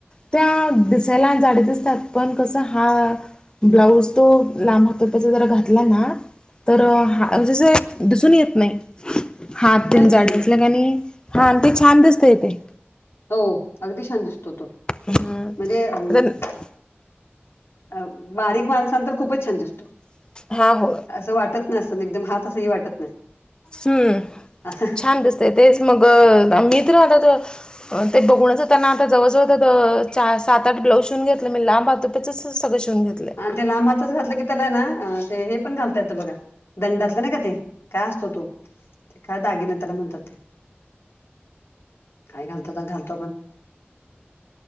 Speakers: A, on the left; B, on the left.
A: त्या दिसायला जाड्या दिसतात. पण कसं हात - ब्लाऊज तो लांब हातोप्याचा जरा घातला ना- तर ह जस दिसून येत नाही. हात - जाड
B: नाही दिसून
A: असलं
B: येते
A: का लई. हा ते छान दिसतय तेे.
B: हो अगदी छान दिसतो तो.
A: हम्म
B: म्हणजे-
A: आता
B: अ बारीक माणसाला तर खूपच छान दिसतो.
A: हा हो
B: असं वाटत नाही अस एकदम हात असं हे वाटत नाही.
A: हम्म.
B: असं
A: छान दिसतय तेच मग. <unintelligible> ते बघूनच आता ना, आता जवळजवळ बघ सात आठ ब्लाऊज शिवून घेतलं मी लांब हातोप्याचेच सगळं शिवून घेतलं.
B: आणि ते लांब हाताच घातलं की त्याला ना ते हे पण घालता येतं बघा. दंडातलं नाही का ते काय असतो तो ते काय दागिना त्याला म्हणतात ते. काय घालत तर घालतो आपण.